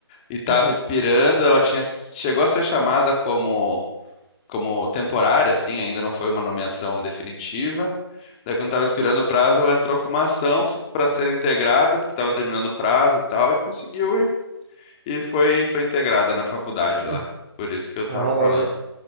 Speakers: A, on the left (about 15°); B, on the right (about 20°).
A: E estava
B: uhum,
A: expirando, ela tinha, chegou a ser chamada como, como temporária, assim, ainda não foi uma nomeação definitiva. Daí quando estava expirando o prazo, ela entrou com uma ação para ser integrada, porque estava terminando o prazo e tal, e conseguiu E foi, foi integrada na faculdade
B: uhum.
A: lá. Por isso que eu tava
B: Ah,
A: falando.
B: mas. é-